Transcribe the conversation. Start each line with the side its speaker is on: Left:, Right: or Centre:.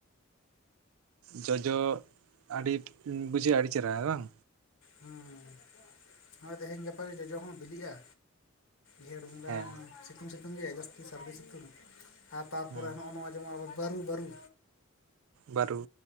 Right: ᱡᱚᱡᱚ ᱟᱹᱰᱤ ᱵᱩᱡᱷᱟᱹᱜᱼᱟ ᱟᱹᱰᱤ ᱪᱮᱦᱨᱟ ᱵᱟᱝ
Left: ᱦᱩᱸ ᱦᱳᱭ ᱛᱮᱦᱮᱧ ᱜᱟᱯᱟ ᱜᱮ ᱡᱚᱡᱚ ᱦᱚᱸ ᱵᱤᱞᱤᱜᱼᱟ ᱡᱷᱮᱸᱰ ᱵᱚᱸᱜᱟ
Right: ᱦᱮᱸ
Left: ᱥᱤᱛᱩᱝ ᱥᱤᱛᱩᱝ ᱜᱮ ᱡᱟᱹᱥᱛᱤ ᱥᱟᱹᱨᱫᱤ ᱥᱤᱛᱩᱝ ᱟᱨ ᱛᱟᱨᱯᱚᱨᱮ
Right: ᱦᱮᱸ
Left: ᱱᱚᱜᱼᱚ ᱱᱚ-ᱚᱭ ᱡᱮᱢᱚᱱ ᱟᱵᱚ ᱵᱟᱹᱨᱩ ᱵᱟᱹᱨᱩ
Right: ᱵᱟᱹᱨᱩ